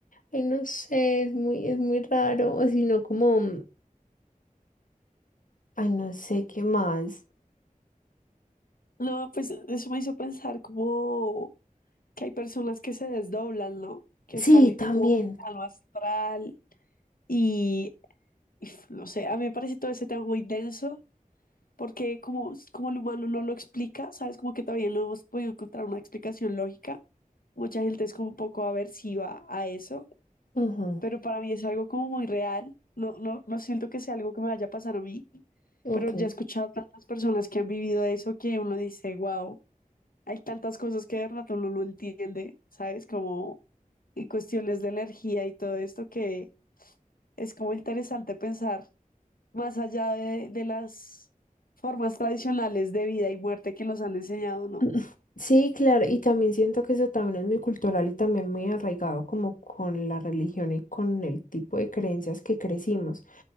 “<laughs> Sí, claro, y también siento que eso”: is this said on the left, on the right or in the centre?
Left